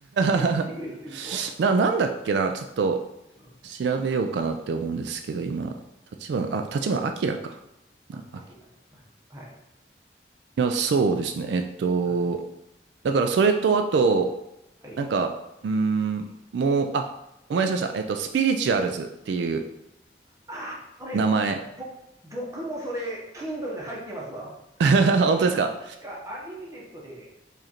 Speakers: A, on the right; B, on the right.
A: 提唱してくれるというとは。
B: <laughs> な、なんだっけな、ちょっと
A: うん。
B: 調べようかなって思うんですけど、今、立花、
A: あああ
B: あ、立花明か。な、
A: あああきらです。
B: 明。い
A: あはい。
B: や、そうですね。えっと、
A: あ
B: だからそれと、あと、
A: はい。
B: なんか、うーん、もう、あ、思い出しました。えっと、スピリチュアルズっていう
A: ああそれ、
B: 名前。
A: ぼ、僕もそれ、Kindle で入ってますわ。
B: <laughs>
A: 確か、
B: 本当ですか
A: 確か、アンリミテッドで、